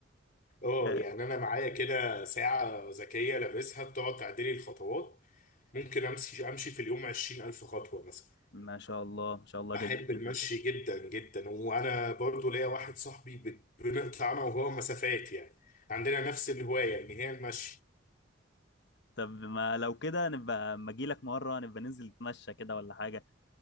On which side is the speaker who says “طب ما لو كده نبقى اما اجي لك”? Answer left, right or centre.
Left